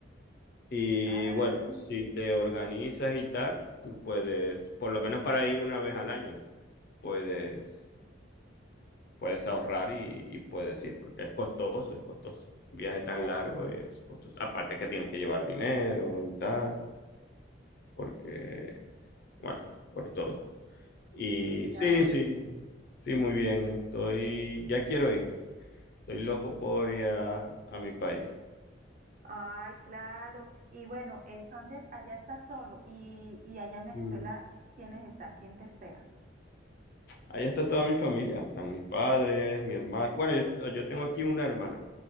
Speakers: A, on the left; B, on the right.
A: Y
B: Ah,
A: bueno, si te organizas y tal, tú puedes, por lo menos para ir una vez al año, puedes, puedes ahorrar y, y puedes ir, porque es costoso, es costoso. Un viaje tan largo es costoso. Aparte que tienes que llevar dinero y tal, porque, bueno, por todo. Y
B: sí, claro.
A: sí, sí, sí, muy bien. Estoy, ya quiero ir. Estoy loco por ir a, a mi país.
B: Ay, claro. Y bueno, entonces allá estás solo y, y allá en Venezuela,
A: Sí.
B: ¿quiénes están? ¿Quién te espera?
A: Ahí está toda mi familia, están mis padres, mi hermano. Bueno, yo, yo tengo aquí una hermana,